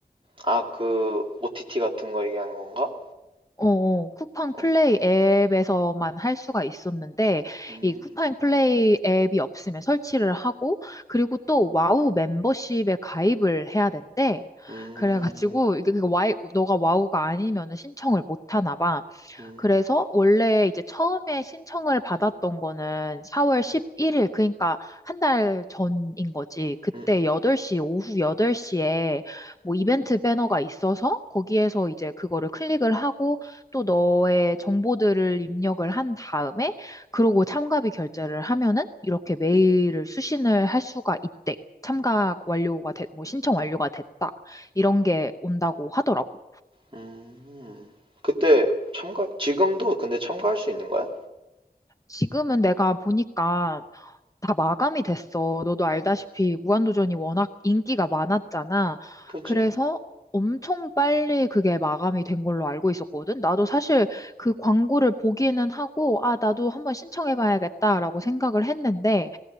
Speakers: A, on the right; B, on the left.
A: 아, 그, OTT 같은 거 얘기하는 건가?
B: 어, 어. 쿠팡
A: 어,
B: 플레이 앱에서만 할 수가 있었는데,
A: 음,
B: 이 쿠팡 플레이 앱이 없으면 설치를 하고, 그리고 또 와우 멤버십에 가입을 해야 된대.
A: 음,
B: 그래가지고, 이게 그 와이, 너가 와우가 아니면 신청을 못 하나 봐.
A: 음,
B: 그래서 원래 이제 처음에 신청을 받았던 거는 4월 11일, 그러니까 한 달 전인 거지. 그때
A: 음, 음,
B: 여덟 시 오후 8시에 뭐 이벤트 배너가 있어서 거기에서 이제 그거를 클릭을 하고 또 너의 정보들을 입력을 한 다음에 그러고 참가비 결제를 하면은 이렇게 메일을 수신을 할 수가 있대. 참가 완료가 됐, 뭐 신청 완료가 됐다. 이런 게 온다고 하더라고.
A: 음. 그때 참가, 지금도 근데 참가할 수 있는 거야?
B: 지금은 내가 보니까 다 마감이 됐어. 너도 알다시피 무한도전이 워낙 인기가 많았잖아.
A: 그지,
B: 그래서 엄청 빨리 그게 마감이 된 걸로 알고 있었거든. 나도 사실 그 광고를 보기는 하고, 아, 나도 한번 신청해봐야겠다라고 생각을 했는데,